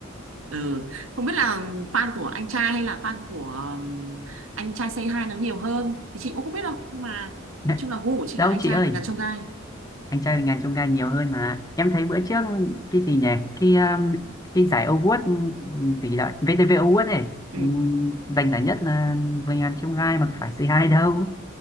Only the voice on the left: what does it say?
<laughs>
Đâu
chị
ơi,
anh trai mình ngàn chông gai nhiều hơn mà. Em thấy bữa trước cái gì nhỉ? Cái um, cái giải Award um, gì đó, VTV Award ấy,
um, giành giải nhất là 10 ngàn chông gai mà phải c hai đâu.